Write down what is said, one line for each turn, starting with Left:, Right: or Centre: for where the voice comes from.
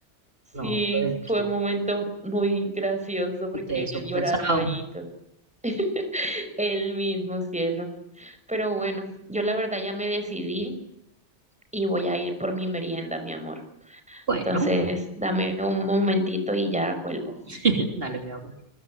Centre: Sí,
Right: No, pero es
Centre: fue
Right: que
Centre: un momento muy gracioso porque
Right: ustedes
Centre: él
Right: son
Centre: llorando
Right: pesados.
Centre: ahí, todo. <laughs> él mismo, cielo. Pero bueno, yo la verdad ya me decidí y voy a ir por mi merienda, mi amor.
Right: Bueno,
Centre: Entonces, dame un momentito y ya vuelvo.
Right: <laughs> dale, mi amor.